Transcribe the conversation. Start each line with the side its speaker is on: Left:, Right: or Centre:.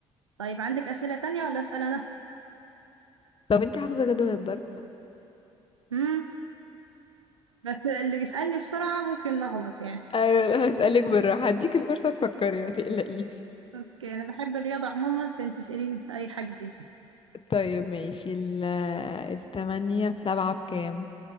Right: طيب عندك اسئله تانية ولا اسال انا
Left: طب انت حافظه جدول الضرب
Right: امم بس اللي بيسالني بسرعه ممكن نغلط يعني
Left: ايوه هسألك بالراحه هديك الفرصه تفكري ما تقلقيش
Right: اوكي انا بحب الرياضة عموما فانت اسأليني في اي حاجة فيها
Left: طيب ماشي ال التمانية في سبعة بكام؟